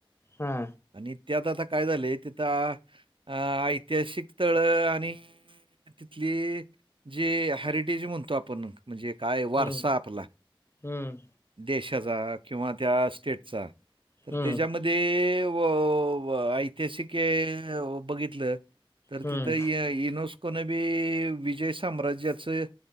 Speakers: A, on the left (about 30°); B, on the right (about 65°).
A: हा.
B: आणि त्यात आता काय झालंय तिथं अ ऐतिहासिक स्थळ आणि तिथली जे हॅरिटेज म्हणतो आपण म्हणजे काय
A: हम्म
B: वारसा आपला
A: हम्म
B: देशाचा किंवा त्या स्टेटचा तर
A: हम्म
B: त्याच्याम ते वो व ऐतिहासिक हे बघितलं तर
A: हम्म
B: तिथं यनोस्कोन बी विजय साम्राज्याचं